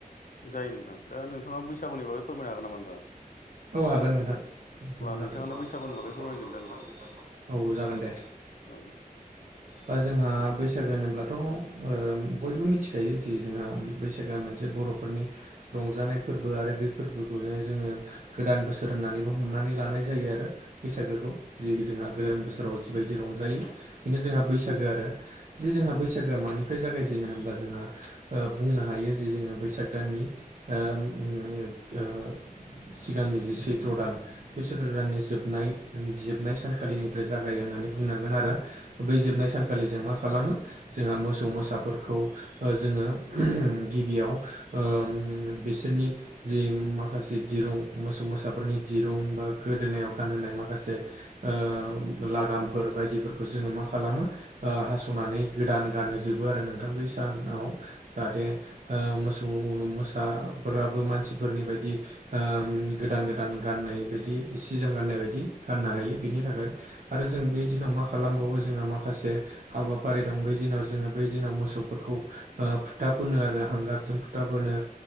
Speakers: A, on the left; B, on the right.
A: जायो नोंथां दा नोंथाङा बैसागुनि बागै फोरमायनो हागोन नामा नोंथां
B: औ हागोन नोंथां औ हागोन
A: नोंथाङानो
B: अब्ला नोंथांङानो बैसागुनि
A: फोरमायगोनदां
B: बागै
A: नोंथां
B: फोरमायगोन दा नोंथां औ जागोन दे
A: औ नोंथां।
B: बा जोंहा बैसागो होनोब्लाथ' ओ बयबो मिथिखायो जि जोंहा बैसागोआ मोनसे बर'फोरनि रंजानाय फोरबो आरो बे फोरबोखौनो जोङो गोदान बोसोर होननानैबो हमनानै लानाय जायो आरो बैसागोखौ जि जोंहा गोदान बोसोराव जिबायदि रंजायो बेनो जोंहा बैसागो आरो जे जोंहा बैसागोआ मानिफ्राय जागायजेनो होनब्ला जोंहा बुंनो हायो जे जोङो बैसाग दाननि ओ ओम ओ सिगांनि जि सैथ्र' दान <unintelligible> दाननि जोबनाय जोबनाय सानखालिनिफ्राय जागायो होननानै बुंनांगोन आरो बै जोबनाय सानखालि जों मा खालामो जोंहा मोसौ मोसाफोरखौ जोङो गिबियाव ओ बिसोरनि जे माखासे दिरुं मोसौ मोसाफोरनि दिरुं बा गोदोनायाव गानहोनाय माखासे ओ लागामफोर बायदिफोरखौ जोङो मा खालामो ओ हास' नानै गोदान गानहोजोबो आरो नोंथां बै सानाव जाहाथे ओ मोसौ मोसाफोराबो मानसिफोरनि बायदि ओ गोदान गोदान गाननाय बायदि सि जोम गाननाय बायदि गाननो हायो बिनि थाखाय आरो जों बै दिनाव मा खालामबावो जोंहा माखासे हाबाफारि दं बै दिनाव जोङो बै दिनाव मोसौफोरखौ ओ फुथा फोनो आरो हांगारजों फुथा फोनो